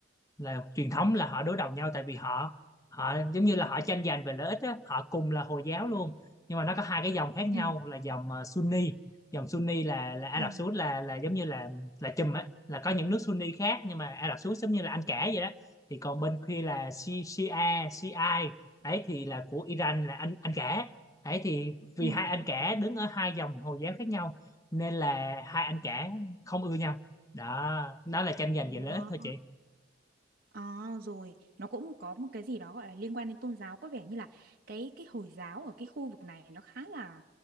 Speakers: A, on the left; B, on the right.
A: là truyền thống là họ đối đầu nhau tại vì họ họ giống như là họ tranh giành về lợi ích á, họ cùng là Hồi giáo luôn nhưng mà nó có hai cái dòng khác nhau
B: Ừ,
A: là dòng ờ, Sunni dòng Sunni là là Ả
B: ừ,
A: Rập Xê Út là là giống như là là chùm á là có những nước Sunni khác nhưng mà Ả Rập Xê Út giống như là Anh cả vậy đó thì còn bên kia là Shi- Shia Shiite đấy thì là của Iran là anh anh cả đấy thì vì
B: ừ,
A: hai anh cả đứng ở hai dòng Hồi giáo khác nhau nên là hai anh cả không ưa nhau đó đó là tranh giành
B: ừ.
A: về lợi ích thôi chị
B: À, rồi nó cũng có một cái gì đó gọi là liên quan đến tôn giáo có vẻ như là cái cái Hồi giáo ở cái khu vực này nó khá là